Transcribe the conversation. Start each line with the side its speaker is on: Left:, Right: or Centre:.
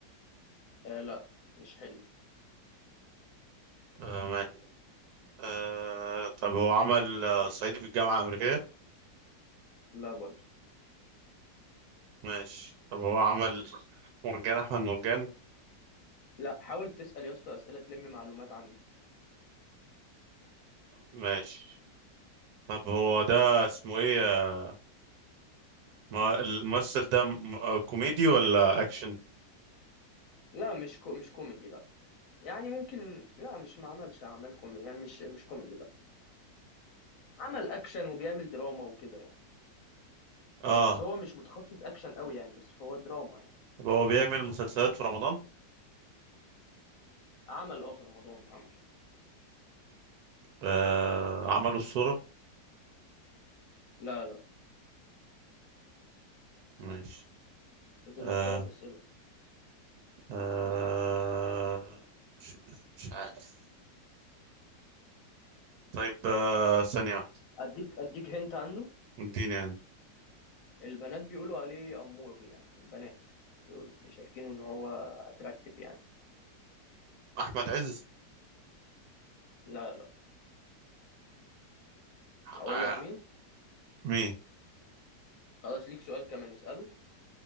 Left: آه لا مش حلو
Right: آه ماشي آه طب هو عمل آه، صعيدي في الجامعة الأمريكية؟
Left: <laughs> لا برضه
Right: ماشي طب هو عمل مرجان أحمد مرجان؟
Left: لا حاول تسأل يا اسطى أسئلة تلم معلومات عنه
Right: ماشي طب هو ده اسمه إيه آه، ما الممثل ده م- آه، كوميدي ولا اكشن
Left: لا مش كو مش كوميدي لا يعني ممكن لا مش ما عملش أعمال كوميدي يعني مش مش كوميدي لا عمل أكشن وبيعمل دراما وكده يعني
Right: اه
Left: بس هو مش متخصص أكشن قوي يعني بس هو دراما يعني
Right: طب هو بيعمل مسلسلات في رمضان
Left: عمل اه في رمضان عمل
Right: آه عملوا الصورة
Left: لا لا
Right: ماشي
Left: فاضل
Right: آه
Left: لك ثلاث أسئلة
Right: آه مش, مش عارف طيب آه ثانية واحدة
Left: أديك أديك هنت عنه
Right: اديني يعني
Left: البنات بيقولوا عليه أمور يعني البنات بيقولوا- شايفينه إن هو أتراكتيف يعني
Right: احمد عز
Left: لا لا أقول
Right: آه
Left: لك مين
Right: مين
Left: خلاص ليك سؤال كمان اسأله